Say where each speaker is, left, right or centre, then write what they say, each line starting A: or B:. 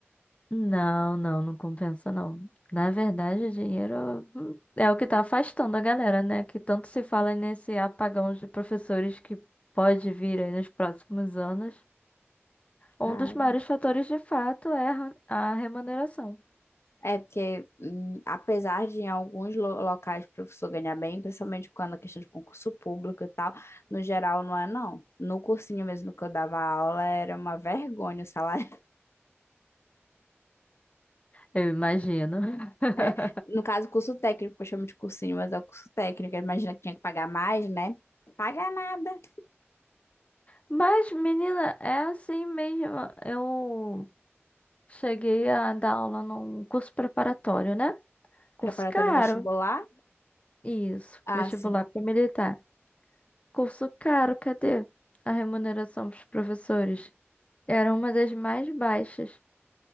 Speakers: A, on the left; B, on the left.
A: Não, não, não compensa não. Na verdade, o dinheiro hum, é o que tá afastando a galera, né? Que tanto se fala nesse apagão de professores que pode vir aí nos próximos anos. Um
B: Cara.
A: dos maiores fatores, de fato, é a a remuneração.
B: É porque, hum, apesar de em alguns lo- locais o professor ganhar bem, principalmente quando a questão de concurso público e tal, no geral não é não. No cursinho mesmo que eu dava aula era uma vergonha o salário. <laughs>
A: Eu imagino. <laughs>
B: É, no caso, curso técnico, eu chamo de cursinho, mas é o curso técnico. Imagina que tinha que pagar mais, né? Pagar nada.
A: Mas, menina, é assim mesmo. Eu cheguei a dar aula num curso preparatório, né? Curso
B: Preparatório
A: caro.
B: vestibular?
A: Isso,
B: Ah,
A: vestibular
B: sim.
A: para militar. Curso caro, cadê? A remuneração dos professores era uma das mais baixas.